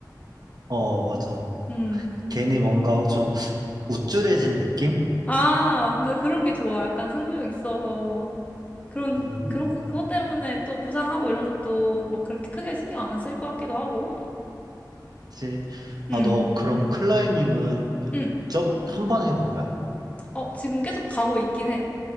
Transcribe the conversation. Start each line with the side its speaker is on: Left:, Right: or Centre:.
Right: 어, 맞아.
Left: 음.
Right: 괜히 뭔가 좀 우쭐해진 느낌?
Left: 아, 근데 그런 게 좋아. 약간 승부욕 있어서. 그런,
Right: 음,
Left: 그런,
Right: 음.
Left: 그것 때문에 또 부상하고 이런 것도 막 그렇게 크게 신경 안 쓸 것 같기도 하고.
Right: 그치.
Left: 음,
Right: 아, 너 그럼 클라이밍은
Left: 음.
Right: 저번 한 번 해본 거야?
Left: 어, 지금 계속 가고 있긴 해.